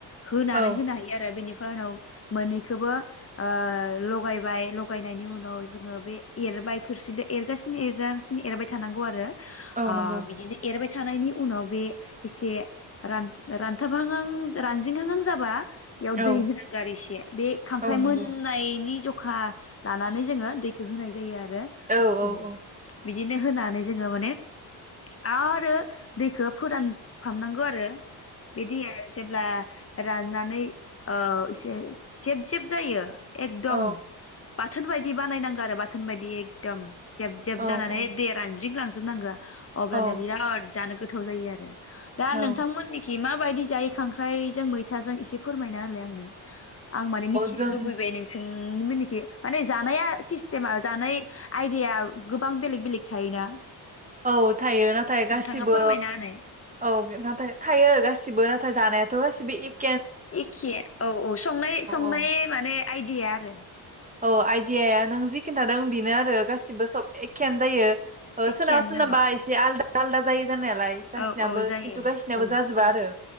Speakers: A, on the left; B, on the right.
A: होनानै
B: औ
A: होनो हायो आरो बिनि फाय उनाव मोननैखोबो ओ लगायबाय लगायनायनि उनाव जोङो बे एरबाय खोरसिदो एरगासिनो एरजागासिनो एरबाय थानांगौ आरो।
B: औ
A: आ
B: नंगौ
A: बिदिनो एरबाय थानायनि उनाव बे एसे रान रानथाब हां हां रानज्रिं हां हां जाबा बेयाव
B: औ
A: दै होनांगो आर इसे बे खांख्राइ
B: औ नंगौ
A: मोननायनि जग खा लानानै जोङो दैखौ होनाय जायो आरो। आरो
B: औ
A: उम
B: औ
A: बिदिनो होनानै जोङो माने आरो दैखो फोरानफामनांगौ आरो। बिदि ओ जेब्ला राननानै ओ एसे जेब जेब जायो। एकदम
B: औ
A: बाथोन बायदि बानायनांगो आरो बाथोन बायदि एकदम। जेब जेब
B: औ
A: जानानै
B: औ
A: दैया रानज्रिं लां जोबनांगोआ अब्लाना
B: औ
A: बिराद जानो गोथाव जायो आरो दा
B: औ
A: नोंथांमोननि माबायदि जायो खांख्राइजों मैथाजों एसे फोरमायना होनलाय आंनो। आं माने मिथिनो
B: जों
A: लुबैबाय नोंसोर उम मोननिखि माने जानाया सिस्टेमा जानाय आइदाया गोबां बेलेग बेलेग थायोना।
B: औ थायो नाथाय गासिबो
A: नोंथाङा फोरमायना होनाय
B: औ जाथे थायो गासिबो नाथाय जानायाथ' गासिबो एख
A: एखे औ औ संनाय संनाय
B: औ
A: माने आइडिया आरो
B: औ आइदियाया नों जि खिन्थादों बेनो आरो गासिबो सब एखेयानो जायो। ओ
A: एखेयानो
B: सोरनाबा सोरनाबा
A: नामा
B: इसे आलदा आलदा जायो। जानायालाय गासिनाबो
A: औ औ जायो
B: खिन्थु गायसिनाबो
A: औ
B: जाजोबा आरो